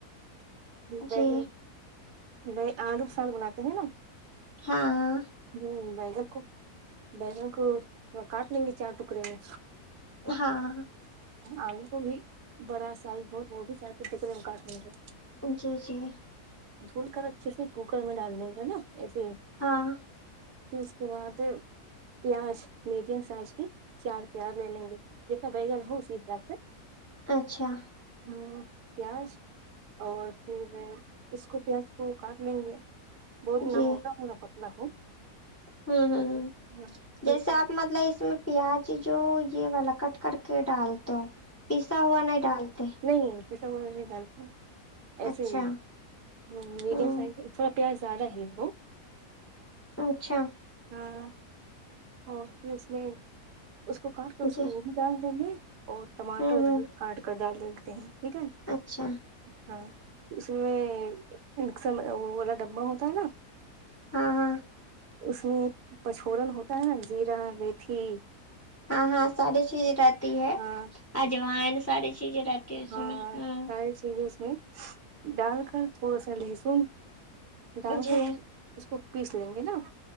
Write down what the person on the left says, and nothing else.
جی
ہاں
ہاں
جی جی
ہاں
اچھا
جی
ہوں ہوں ہ
جیسے
آپ مطلب اس میں پیاز جو یہ والا کٹ کر کے ڈالتے ہو پیسا ہوا نہیں ڈالتے
اچھا
ہوں
اچھا
جی
ہوں ہوں
اچھا
ہاں ہاں
ہاں ہاں ساری چیز رہتی ہے
اجوائن ساری چیزیں رہتی ہے اس
میں ہوں
جی